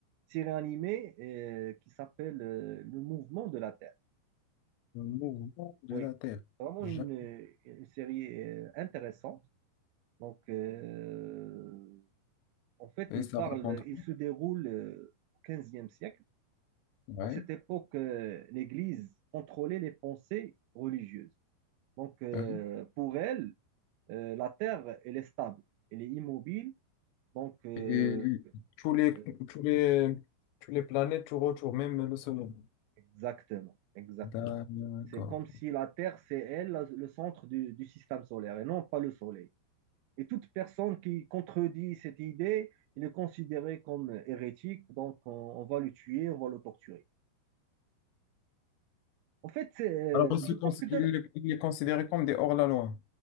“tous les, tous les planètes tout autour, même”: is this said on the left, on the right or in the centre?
Left